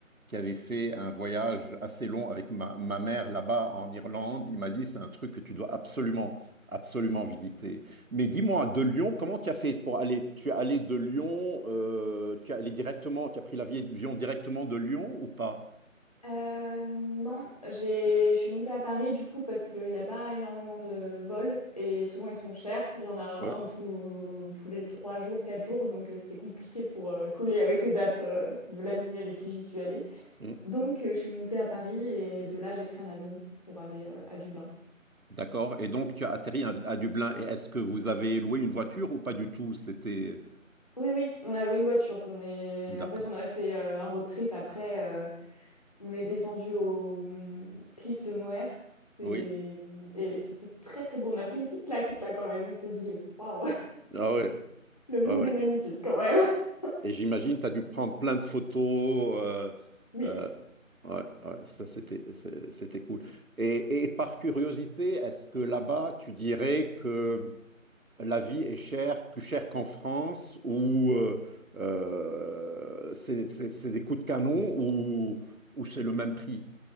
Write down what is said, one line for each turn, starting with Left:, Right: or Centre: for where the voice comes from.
Right: qui avait fait un voyage assez long avec ma, ma mère là-bas en Irlande. Il m'a dit, c'est un truc que tu dois absolument, absolument visiter. Mais dis-moi, de Lyon, comment tu as fait pour aller? Tu es allé de Lyon, euh, tu es allé directement, tu as pris l'avion directement de Lyon ou pas?
Left: Euh, non, j'ai, je suis montée à Paris du coup parce qu'il n'y a pas énormément de vols et souvent ils sont chers. Il y en a
Right: Ouais.
Left: un tous tous les trois jours, quatre jours, donc euh, c'était compliqué pour euh, coller avec les dates euh, de l'ami avec qui j'y suis allée.
Right: Mm.
Left: Donc euh, je suis montée à Paris et de là j'ai pris un avion pour aller euh, à Dublin.
Right: D'accord. Et donc, tu as atterri à, à Dublin. Et est-ce que vous avez loué une voiture ou pas du tout? C'était...
Left: Oui, oui, on a loué une voiture. On est,
Right: D'accord.
Left: en fait, on a fait euh, un road trip après. euh, On est descendu au hum, cliff de Moher. C'est
Right: Oui,
Left: les... hum, Et c'était très très beau. On a pris une petite claque là quand même. On s'est dit, waouh,
Right: ah ouais,
Left: <laughs> le monde
Right: ah ouais.
Left: est magnifique quand même. <laughs>
Right: Et j'imagine, tu as dû prendre plein de photos. euh,
Left: Oui,
Right: euh, ouais, ouais, ça c'était, c'est- c'était cool. Et, et par curiosité, est-ce que là-bas, tu dirais que la vie est chère, plus chère qu'en France, ou euh, euh, c'est c'est- c'est des coups de canon, ou, ou c'est le même prix?